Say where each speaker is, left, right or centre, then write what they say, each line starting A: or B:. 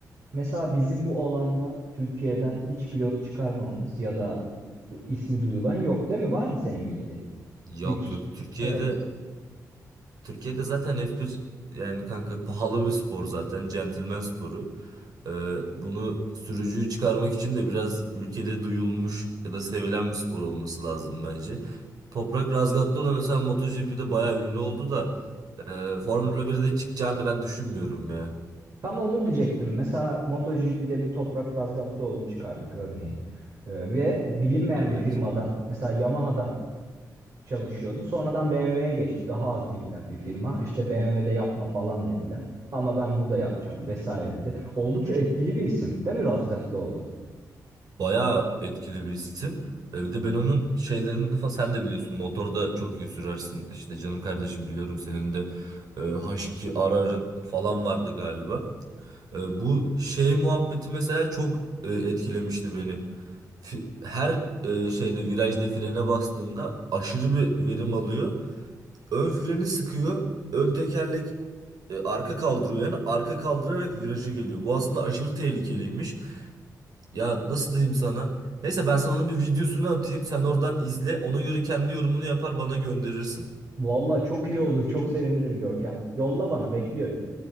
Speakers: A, on the right (about 50°); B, on the right (about 70°).
A: Mesela bizim bu alanda Türkiye'den hiç pilot çıkarmamamız ya da du- ismi duyulan yok değil mi? Var mı senin bildiğin?
B: Yok
A: Bir ki-
B: yok Türkiye'de
A: Evet.
B: Türkiye'de zaten F1 yani kanka pahalı bir spor zaten. Centilmen sporu. Ee, bunu sürücüyü çıkarmak için de biraz ülkede duyulmuş ya da sevilen bir spor olması lazım bence. Toprak Razgatlıoğlu mesela MotoGP'de bayağı ünlü oldu da e, Formula 1'de çıkacağını ben düşünmüyorum ya.
A: Tam onu diyecektim. Mesela MotoGP'de bir Toprak Razgatlıoğlu çıkardık örneğin. Ee, ve bilinmeyen
B: Evet.
A: bir firmadan, mesela Yamaha'dan çalışıyordu. Sonradan BMW'ye geçti. Daha az bilinen bir firma. İşte BMW'de yapma falan dediler. Ama ben burada yapacağım vesaire dedi. Oldukça etkili bir isim değil mi Razgatlıoğlu?
B: Bayağı etkili bir isim. E, Bir de ben onun şeylerini falan sen de biliyorsun. Motorda çok iyi sürersin. İşte canım kardeşim biliyorum senin de e, H2 Arar'ın falan vardı galiba. E, bu şey muhabbeti mesela çok e, etkilemişti beni. Fi- Her e, şeyde virajda frene bastığında aşırı bir verim alıyor. Ön freni sıkıyor. Ön tekerlek e, arka kaldırıyor yani arka kaldırarak virajı geliyor. Bu aslında aşırı tehlikeliymiş. Ya nasıl diyeyim sana? Neyse ben sana onun bir videosunu atayım. Sen oradan izle. Ona göre kendi yorumunu yapar bana gönderirsin.
A: Vallahi çok iyi olur. Çok sevinirim Görkem. Yolla bana bekliyorum.